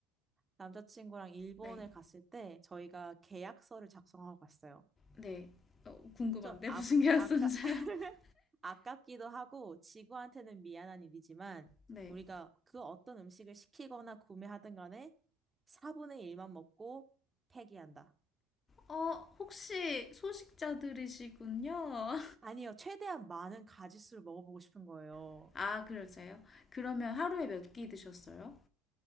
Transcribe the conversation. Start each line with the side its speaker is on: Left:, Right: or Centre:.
Right: 남자친구랑 일본에
Left: 네,
Right: 갔을 때 저희가 계약서를 작성하고 갔어요.
Left: 네. 어, 궁금한데
Right: 좀 아,
Left: 무슨 계약서인지.
Right: 아까, <laughs>
Left: <laughs>
Right: 아깝기도 하고 지구한테는 미안한 일이지만
Left: 네.
Right: 우리가 그 어떤 음식을 시키거나 구매하든 간에 4분의 1만 먹고 폐기한다.
Left: 어, 혹시 소식자들이시군요.
Right: 아니요, 최대한 많은 가짓수를 먹어보고 싶은 거예요.
Left: <laughs> 아, 그러세요? 그러면 하루에 몇 끼 드셨어요?